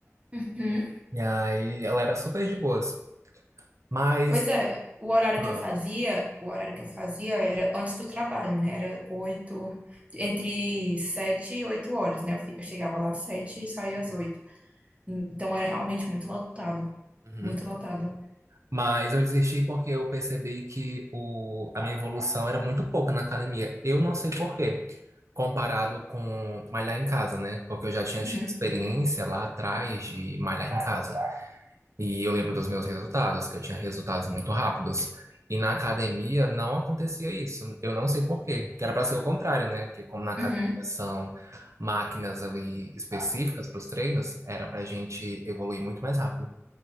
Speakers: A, on the right (about 25°); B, on the right (about 70°).
A: uhum.
B: E aí, ela era super de boas. Mas.
A: Pois é, o horário
B: Ah.
A: que eu fazia, o horário que eu fazia era antes do trabalho, né? Era oito, entre sete e oito horas, né? Eu fi- eu chegava lá às sete e saía às oito. Então era realmente muito lotado,
B: Uhum.
A: muito lotado.
B: Mas eu desisti porque eu percebi que o, a minha evolução era muito pouca na academia. Eu não sei por quê, comparado com malhar em casa, né? Porque eu já tinha tido
A: Uhum,
B: experiência lá atrás de malhar em casa. E eu lembro dos meus resultados, que eu tinha resultados muito rápidos. E na academia não acontecia isso. Eu não sei por quê. Que era para ser o contrário, né? Porque como na academia
A: uhum,
B: são máquinas ali específicas para os treinos, era para a gente evoluir muito mais rápido.